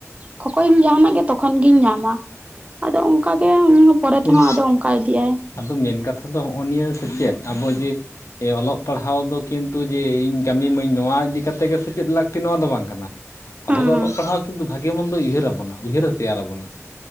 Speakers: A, on the right; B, on the left.
A: ᱠᱷᱚᱠᱚᱭᱢ ᱡᱟᱦᱟᱸᱱᱟᱜ ᱜᱮ ᱛᱚᱠᱷᱚᱱ ᱜᱤᱧ ᱧᱟᱢᱟ ᱾ ᱟᱫᱚ ᱚᱱᱠᱟ ᱜᱮ ᱩᱱᱤ ᱦᱚᱸ ᱯᱚᱨᱮ
B: ᱠᱤᱱᱛᱩ
A: ᱛᱮᱦᱚᱸᱫᱚ ᱚᱱᱠᱟ ᱤᱫᱤᱜᱼᱟᱭ ᱾
B: ᱟᱫᱚ ᱢᱮᱱ ᱠᱟᱛᱷᱟ ᱫᱚ ᱦᱚᱸᱜᱼᱚ ᱱᱤᱭᱟᱹ ᱥᱮᱪᱮᱫ ᱟᱵᱚ ᱡᱮ ᱡᱮ ᱚᱞᱚᱜ ᱯᱟᱲᱦᱟᱣ ᱫᱚ ᱠᱤᱱᱛᱩ ᱡᱮ ᱤᱧ ᱠᱟᱹᱢᱤᱢᱟᱹᱧ ᱱᱚᱣᱟ ᱤᱫᱤ ᱠᱟᱛᱮ ᱜᱮ ᱥᱮᱪᱮᱫ ᱞᱟᱹᱠᱛᱤ ᱱᱚᱣᱟ ᱫᱚ ᱵᱟᱝ ᱠᱟᱱᱟ ᱾ ᱟᱵᱚ
A: ᱦᱮᱸ
B: ᱫᱚ
A: ᱦᱮᱸ
B: ᱚᱞᱚᱜ ᱯᱟᱲᱦᱟᱣ ᱠᱤᱱᱛᱩ ᱵᱷᱟᱜᱮ ᱢᱚᱱᱫᱚᱭ ᱩᱭᱦᱟᱹᱨᱟᱵᱚᱱᱟ ᱩᱭᱦᱟᱹᱨᱮ ᱛᱮᱭᱟᱨᱟᱵᱚᱱᱟ ᱾